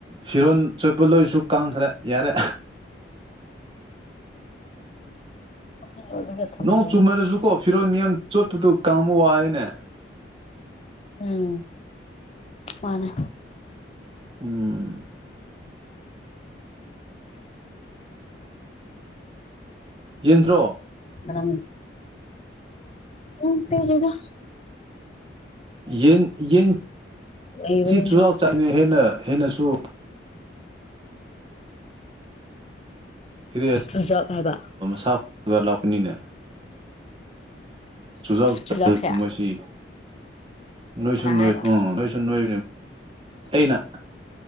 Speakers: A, on the right; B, on the left.
A: ꯐꯤꯔꯣꯜ ꯆꯣꯠꯄ ꯂꯣꯏꯁꯨ ꯀꯪꯈ꯭ꯔꯦ ꯌꯥꯔꯦ
B: ꯊꯣꯛꯆꯤꯜꯂꯣ ꯑꯗꯨꯒ ꯊꯝꯖꯤꯜꯂꯣ
A: ꯅꯣꯡ ꯆꯨꯝꯃꯦꯥꯏ ꯂꯁꯨ ꯀꯣ ꯐꯤꯔꯣꯅꯤꯝ ꯆꯣꯠꯄꯗꯨ ꯀꯥꯃꯨ ꯍꯥꯏꯅꯦ
B: ꯎꯝ ꯃꯥꯅꯦ
A: ꯎꯝ ꯌꯦꯟꯗ꯭ꯔꯣ
B: ꯑꯅ ꯎ ꯄꯗ
A: ꯌꯦꯟ ꯌꯦꯟꯁꯤ
B: ꯂꯩꯕꯅꯤꯁꯨ
A: ꯆꯨꯔꯥꯛ ꯆꯥꯏꯅ ꯍꯦꯟꯅ ꯑꯩꯅꯁꯨ ꯀꯔꯤ
B: ꯆꯨꯖꯥꯛ ꯍꯥꯏꯕ
A: ꯁꯥꯐꯒꯔ ꯂ ꯄꯅꯤꯅ ꯆꯨꯖꯥꯎ ꯆ
B: ꯆꯨꯖꯥꯛꯁꯦ
A: ꯃꯣꯏꯁꯤ ꯅꯣꯏ
B: ꯀꯅꯥ
A: ꯁꯣꯏ
B: ꯍꯥꯏꯕ
A: ꯅꯣꯏ ꯁ ꯅꯣꯏ ꯑꯩꯅ